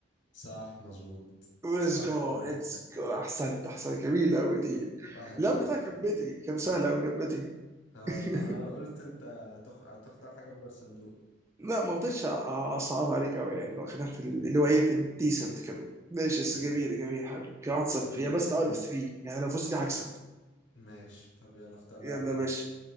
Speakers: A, on the left (about 80°); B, on the right (about 15°).
A: صح مظبوط
B: ليتس
A: واحد
B: جو
A: صفر
B: ليتس جو احسنت احسنت جميل قوي دي
A: واحد
B: اللعب
A: صفر
B: بتاعي كان بدري كان سهل قوي كان بدري
A: طب
B: <laughs>
A: انا قلت انت هتخ... هتختار حاجة بره الصندوق
B: لا ما رضيتش أ- اصعب عليك قوي يعني خلينا في ال-
A: أيوة.
B: اللي هو ايه في الديسنت كده ماشي بس
A: يلا
B: جميل جميل حبيبي كده 1 0
A: يلا
B: هي بس
A: اخت-
B: اوت اوف 3 يعني لو فزت دي هكسب
A: ماشي طب يلا اختار لاعب
B: يلا
A: كمان
B: يا باشا